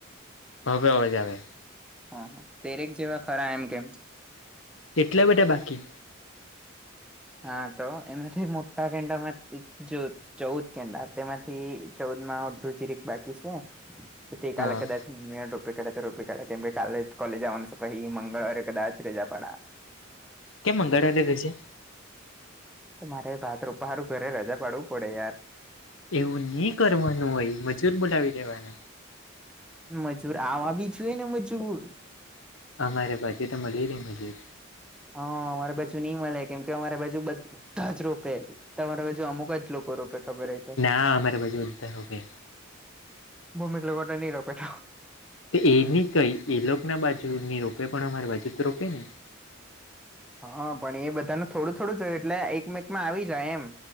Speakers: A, on the left (about 70°); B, in the centre.
A: હ હવે અવાજ આવે.
B: હા હા તેરેક જેવા ખરા એમ કેમ.
A: એટલા બધા બાકી.
B: હા તો એમાંથી મોટા કેંડા માંથી જો ચૌદ કેન્ડા તેમાંથી ચૌદ માં ઓઢું જીરેક બાકી છે તે
A: હા
B: કાલે કદાચ મેતો રોપે કાઢે છે રોપ કાઢ્યા કેમ કે કાલે કોલેજ આવાનું છે પહી મંગળવાર એ કદાચ રજા પાડા
A: કેમ મંગડવારે રજા.
B: તો મારે ભાત રોપવા હારું ઘરે રજા પાડવું પડે યાર.
A: એવું ની કરવાનું હોય મજૂર બોલાવી દેવાના.
B: મજૂર આવા બી જુ એ ને મજૂર.
A: અમારે ભજે તો મળી રેન બધી.
B: હા અમારા બાજુ ની મલે કેમ કે અમારા બાજુ બધ તાજ રોપે તમારે બાજ અમુક જ લોકો રોપે. ખબર હોય તો
A: ના અમારા બાજુ બધા રોપે.
B: <unintelligible> એટલા બધા ની રોપે તો.
A: તો એની કઈ એલોક ના બાજુ ની રોપે પણ અમારી બાજુ તો રોપે ને.
B: હા પણ એ બધાનું થોડું થોડું જહોય એટલે એકમેક માં આવી જાય એમ